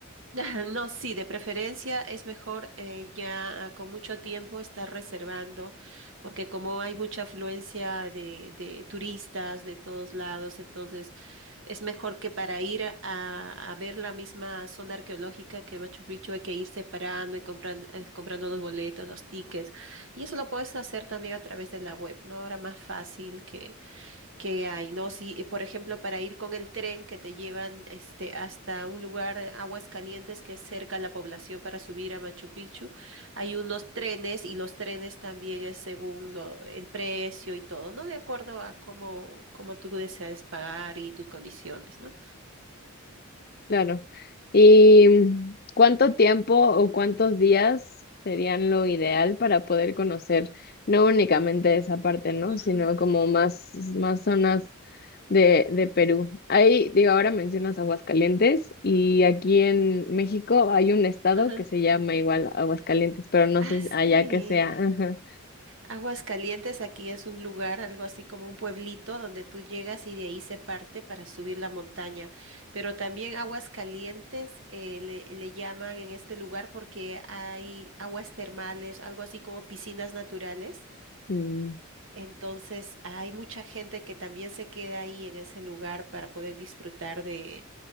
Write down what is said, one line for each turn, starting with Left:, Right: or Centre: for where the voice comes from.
Right: Ajá, No, sí, de preferencia es mejor eh, ya ah, con mucho tiempo estar reservando, porque como hay mucha afluencia de, de turistas de todos lados, entonces es mejor que para ir a, a ver la misma zona arqueológica que Machu Picchu hay que ir separando y comprando, comprando los boletos, los tickets, y eso lo puedes hacer también a través de la web, ¿no? Ahora más fácil que hay, ¿no? Si, eh, por ejemplo, para ir con el tren que te llevan este, hasta un lugar, aguas calientes que es cerca a la población para subir a Machu Picchu, hay unos trenes y los trenes también es según lo- el precio y todo, ¿no? De acuerdo a cómo, cómo tú deseas pagar y tus condiciones, no
Left: Claro. ¿Y mm, cuánto tiempo o cuántos días serían lo ideal para poder conocer no únicamente esa parte, ¿no?
Right: Ujú,
Left: Sino como más, más zonas de, de Perú. Ahí, digo, ahora mencionas Aguascalientes y aquí en México hay un estado
Right: Ajá.
Left: que se llama igual Aguascalientes, pero no
Right: Ah,
Left: sé
Right: sí.
Left: allá que sea. Ajá.
Right: Aguascalientes aquí es un lugar, algo así como un pueblito donde tú llegas y de ahí se parte para subir la montaña. Pero también Aguascalientes eh, le, le llaman en este lugar porque hay aguas termales, algo así como piscinas naturales.
Left: Mm.
Right: Entonces hay mucha gente que también se queda ahí en ese lugar para poder disfrutar de,